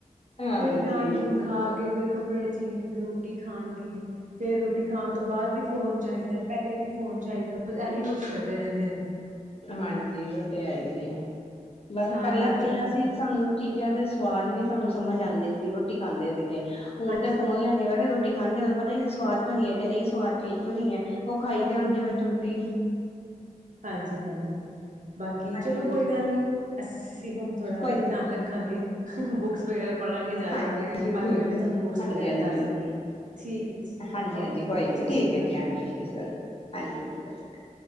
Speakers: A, on the left; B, on the right.
A: ਹਾਂਜੀ,
B: ਫੇਰ ਡਾਟ-ਡੁਟ ਖਾ ਕੇ ਉਠਕੇ ਫਿਰ ਕੱਪੜੇ ਚੇਂਜ ਫਿਰ ਰੋਟੀ ਖਾਣਗੇ, ਫੇਰ ਰੋਟੀ ਖਾਣ ਤੋਂ ਬਾਦ ਵੀ ਫੋਨ ਚਾਹੀਦਾ। ਪਹਿਲੇ ਵੀ ਫੋਨ ਚਾਹੀਦਾ ਬਸ ਇਹੀ ਕੁਛ ਕਰਦੇ ਰਹਿੰਦੇ ਨੇ।
A: ਹਾਂਜੀ, ਉਹ ਤੇ ਹੈ ਹੀ ਏ ਬਸ
B: ਸਾਰੇ
A: ਪਹਿਲਾਂ
B: ਬੱਚਿਆਂ
A: ਤੇ
B: ਦਾ
A: ਆਸੀ ਸਾਨੂੰ ਚੀਜ਼ਾਂ ਦੇ ਸਵਾਦ ਵੀ ਸਾਨੂੰ ਸਮਝ ਆਂਦੇ ਸੀ ਰੋਟੀ ਖਾਂਦੇ ਸੀ ਤੇ ਹੁਣ
B: ਹਾਂਜੀ
A: ਤੇ ਫੋਨ ਲੈ ਕਈ ਵਾਰੀ ਰੋਟੀ ਖਾਣਗੇ, ਤੇ ਇੰਨਾ ਨੂੰ ਪਤਾ ਨੀ ਸਵਾਦ ਬਣੀ ਹੈ ਕਿ ਨਹੀਂ ਸਵਾਦ ਚੇਂਜ ਬਣੀਏ। ਉ ਖਾਈ ਜਾਣਗੇ ਬਸ ਛੁਟੀ
B: ਹਾਂਜੀ-ਹਾਂਜੀ। ਬਾਕੀ
A: ਹਾਂਜੀ
B: ਚਲੋ ਕੋਈ ਗੱਲ ਨੀ ਅਸੀਂ ਹੁਣ ਥੋੜਾ
A: ਕੋਈ
B: ਧਿਆਨ ਰੱਖਾਂਗੇ ਬੁੱਕਸ ਵਗੈਰਾ ਪੜ੍ਹਾਂਗੇ ਜ਼ਿਆਦਾ
A: ਹਾਂਜੀ-ਹਾਂਜੀ
B: ਬਾਕੀ
A: ਠੀਕ
B: ਮੈਂ ਵੀ
A: ਹੈ,
B: ਤੁਹਾਨੂੰ ਬੁੱਕਸ
A: ਹਾਂਜੀ-ਹਾਂਜੀ।
B: ਵਗੈਰਾ ਦੱਸ ਦਾਂਗੀ ਠੀਕ ਹੈ
A: ਹਾਂਜੀ-ਹਾਂਜੀ,
B: ਓਕੇ
A: ਕੋਈ
B: ਓਕੇ
A: ਨੀ
B: ਸਤਿ ਸ਼੍ਰੀ
A: ਠੀਕ
B: ਅਕਾਲ
A: ਹੈ ਜੀ ਹਾਂਜੀ-ਹਾਂਜੀ, ਸਸ਼੍ਰੀ ਕਾਲ ਹਾਂਜੀ ਹਾਂ, ਸਸ਼੍ਰੀ ਕਾਲ।